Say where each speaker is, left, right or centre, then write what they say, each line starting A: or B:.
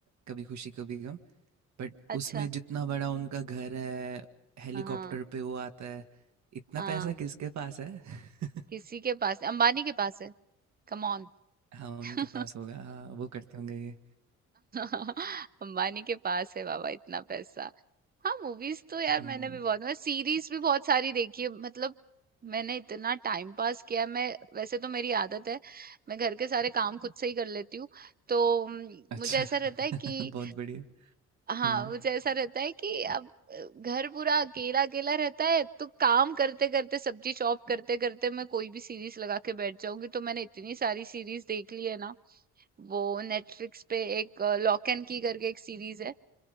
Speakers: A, on the right (about 65°); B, on the right (about 30°).
A: कभी खुशी कभी गम बट
B: अच्छा
A: उसमें जितना बड़ा उनका घर है हेलीकॉप्टर
B: हाँ
A: पे वो आता है इतना
B: हाँ
A: पैसा किसके पास है <laughs>
B: किसी के पास अंबानी के पास है कम ऑन
A: हाँ
B: <laughs>
A: उनके पास होगा हाँ वो करते होंगे ये
B: अंबानी के पास है बाबा इतना पैसा हाँ मूवीज तो यार
A: हम्म,
B: मैंने भी बहुत मैं सीरीज भी बहुत सारी देखी है मतलब मैंने इतना टाइम पास किया है, मैं वैसे तो मेरी आदत है मैं घर के सारे काम खुद से ही कर लेती हूँ तो म,
A: अच्छा
B: मुझे ऐसा रहता है कि
A: <laughs> बहुत बढ़िया
B: हाँ
A: हम्म
B: मुझे ऐसा रहता है कि अब अ, घर पूरा अकेला अकेला रहता है तो काम करते करते सब्जी चॉप करते करते मैं कोई भी सीरीज लगा के बैठ जाऊंगी तो मैंने इतनी सारी सीरीज देख ली है ना वो नेटफ्लिक्स पे एक लॉक एंड की करके एक सीरीज है